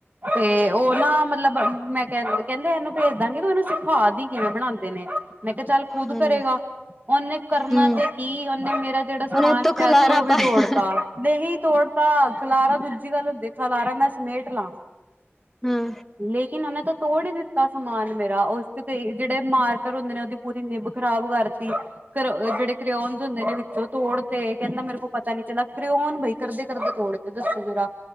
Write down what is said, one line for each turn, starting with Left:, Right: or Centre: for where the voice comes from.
Right: ਤੇ ਉਹ ਨਾ ਮਤ ਮਤਲਬ ਮੈਂ ਕਹ ਕਹਿੰਦੇ ਇਹਨੂੰ ਭੇਜ ਦਾਂਗੀ ਤੂੰ ਇਹਨੂੰ ਸਿਖਾ ਦੀ ਕਿਵੇਂ ਬਣਾਉਂਦੇ ਨੇ। ਮੈਂ ਕਿਹਾ ਚੱਲ ਖੁਦ
Centre: ਹਾਂਜੀ
Right: ਕਰੇਗਾ ਉਹਨੇ ਕਰਨਾ
Centre: ਹੂੰ
Right: ਤੇ ਕੀ ਉਹਨੇ ਮੇਰੇ। ਜਿਹੜਾ ਸਮਾਨ
Centre: ਉਹਨੇ ਉਤੋਂ
Right: ਪਿਆ
Centre: ਖਲਾਰਾ
Right: ਸੀ ਉਹ ਵੀ
Centre: ਪਾਇਆ
Right: ਤੋੜਤਾ ਨਹੀਂ ਤੋੜਤਾ ਖਲਾਰਾ ਦੂਜੀ ਗੱਲ ਹੁੰਦੇ ਖਲਾਰਾ ਮੈਂ ਸਮੇਟ ਲਾ
Centre: ਹਾਂ
Right: ਲੇਕਿਨ ਉਹਨੇ ਤਾਂ ਤੋੜ ਹੀ ਦਿੱਤਾ ਸਮਾਨ ਮੇਰਾ ਉਸ ਚ ਕਈ ਜਿਹੜੇ ਮਾਰਕਰ ਹੁੰਦੇ ਨੇ ਉਹਦੀ ਪੂਰੀ ਨਿਬ ਖ਼ਰਾਬ ਕਰਤੀ ਕ੍ਰੋ ਜਿਹੜੇ ਕਰਿਓਨ ਹੁੰਦੇ ਨੇ ਵਿੱਚੋ ਤੋੜ ਤੇ ਕਹਿੰਦਾ ਮੇਰੇ ਕੋਲ ਪਤਾ ਨੀ ਚਲਾ ਕਰਿਓ ਕੌਣ ਬਈ ਕਰਦੇ ਕਰਦੇ ਤੋੜਤੇ ਦੱਸੋ ਜਰਾ